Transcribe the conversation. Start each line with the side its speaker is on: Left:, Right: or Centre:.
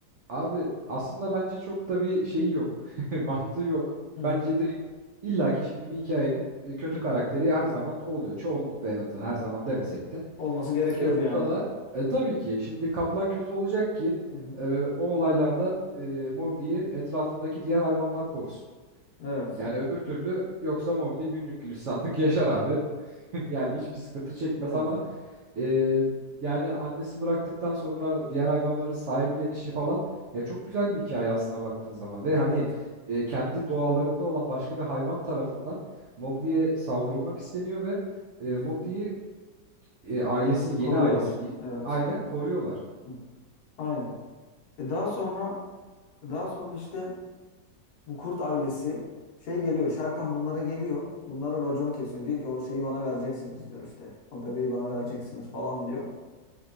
Right: abi aslında bence çok da bir şeyi yok. <laughs> Mantığı yok.
Left: Hı hı.
Right: Bence direkt illaki şimdi bir hikayenin e, kötü karakteri her zaman o oluyor. Çoğunlukla en azından her zaman demesek de.
Left: Olması gerekiyordu
Right: E, burada
Left: yani.
Right: da e, tabii ki şimdi kaplan kötü olacak ki
Left: Hı hı.
Right: e, o olaylarda e, Mowgli'yi etrafındaki diğer hayvanlar korusun.
Left: Evet.
Right: Yani öbür türlü yoksa Mowgli günlük gülistanlık <laughs> yaşar abi. Yani hiçbir sıkıntı çekmez
Left: Evet.
Right: ama e, yani annesi bıraktıktan sonra diğer hayvanların sahiplenişi falan ya çok güzel bir hikaye aslına baktığın zaman ve hani
Left: Evet.
Right: e, kendi doğalarında olan başka bir hayvan tarafından Mowgli'ye saldırılmak isteniyor ve e,
Left: Hı hı.
Right: Mowgli'yi e, ailesi yeni
Left: Koruyorlar.
Right: ailesi diyeyim
Left: Evet.
Right: aynen koruyorlar.
Left: Hı. Aynen. E daha sonra daha sonra işte Bu kurt ailesi şey geliyor. Şerkan bunlara geliyor. Bunlara racon kesiyor. Diyor ki o şeyi bana vereceksiniz diyor işte. O bebeği bana vereceksiniz falan diyor.